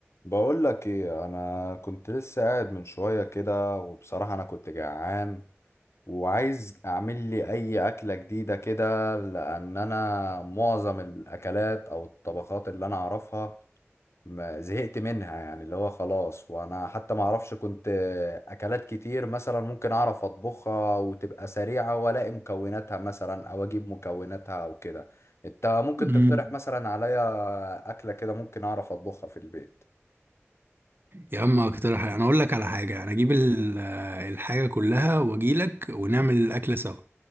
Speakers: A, on the left; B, on the right.
A: بقول لك ايه انا كنت لسه قاعد من شويه كده وبصراحه انا كنت جعان وعايز اعمل لي اي اكله جديده كده لان انا معظم الاكلات او الطبخات اللي انا اعرفها ما زهقت منها يعني اللي هو خلاص وانا حتى ما اعرفش كنت اكلات كتير مثلا ممكن اعرف اطبخها وتبقى سريعه والاقي مكوناتها مثلا او اجيب مكوناتها او كده انت ممكن
B: مم.
A: تقترح مثلا عليا اكله كده ممكن اعرف اطبخها في البيت
B: يا عم اقترح انا اقول لك على حاجه انا اجيب ال- الحاجه كلها واجي لك ونعمل الاكله سوا